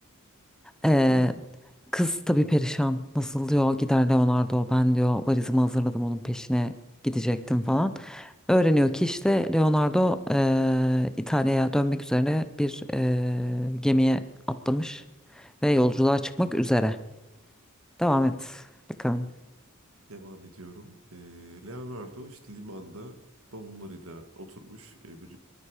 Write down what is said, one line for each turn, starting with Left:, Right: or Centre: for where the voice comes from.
Right: <laughs>
Centre: Ee,
Right: Hmm.
Centre: kız tabii perişan. Nasıl diyor gider Leonardo ben diyor valizimi hazırladım onun peşine gidecektim falan. Öğreniyor ki işte Leonardo eee, İtalya'ya dönmek üzere bir eee, gemiye atlamış ve yolculuğa çıkmak üzere. Devam et bakalım.
Right: Devam ediyorum. Ee, Leonardo işte limanda bavullarıyla oturmuş e, bir